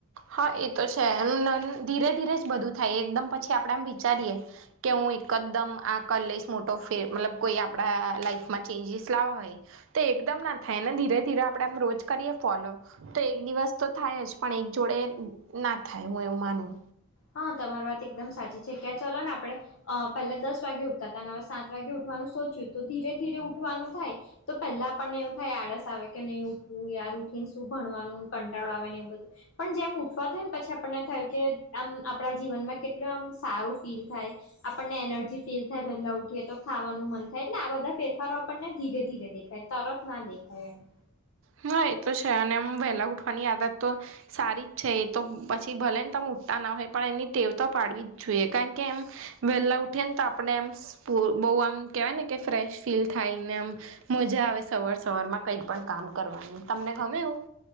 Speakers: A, on the right; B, on the left.
A: હા એતો છે <unintelligible> ધીરે-ધીરે જ બધું થાય એકદમ પછી આપણે આમ વિચારીએ કે હું એકદમ આ કરી લઈશ મોટો ફેરફાર મતલબ કોઈ આપણા લાઈફમાં ચેન્જીસ લાવવા હોય. તો એકદમ ના થાય ને ધીરે-ધીરે આપણે આમ રોજ કરીએ ફોલો તો એક દિવસ તો થાય જ પણ એકજોડે ના થાય હું એવું માનું.
B: હા તમાર વાત એકદમ સાચી છે. ક્યાં ચાલો ને આપણે પહેલા દસ વાગે ઉઠતા હતા ને હવે સાત વાગે ઉઠવાનું સોચ્યું તો ધીરે-ધીરે ઉઠવાનું થાય. તો પહેલા આપણને એવું થાય આળસ આવે કે નહી ઉઠવું યાર ઉઠી ને શું ભણવાનું કંટાળો આવેન એવું બધું. પણ જેમ ઉઠવા જાય ને પછી આમ આપણને થીય કે આમ આપણા જીવનમાં કેટલું આમ સારું ફીલ થાય. આપણને એનર્જી ફીલ થાય વહેલા ઉઠીએ તો ખાવાનું મન થાય એટલે આ બધા ફેરફારો આપણને ધીરે-ધીરે દેખાય. તરત ના દેખાય એમ.
A: હા એ તો છે અને એમ વહેલા ઉઠવાની આદત તો સારી જ છે એ તો પછી ભલે ને તમ ઉઠતા ના હોય પણ એની ટેવ તો પાડવી જ જોઈએ કારણ કે એમ વેલા ઉઠીએ ને તો આપણે એમ બઉ આમ કેવાય ને કે ફ્રેશ ફીલ થાયને એમ મજા આવે સવાર સવાર માં કઈ પણ કામ કરવાની તમને ગમે એવું